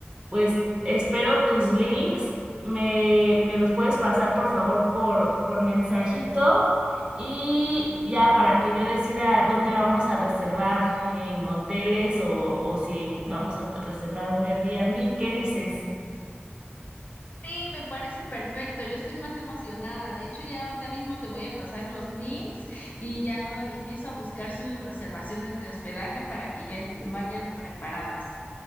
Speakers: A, on the right; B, on the left.
A: pues, espero tus links me, me los puedes pasar por favor por, por mensajito y ya para que yo decida dónde vamos a reservar en hoteles o, o si en- vamos a reservar un Airbnb. ¿Qué dices?
B: Sí, me parece perfecto. Yo estoy más emocionada. De hecho, ya ahorita mismo te voy a pasar los links y ya empiezo a buscar sus reservaciones de hospedaje para que ya vayan preparadas.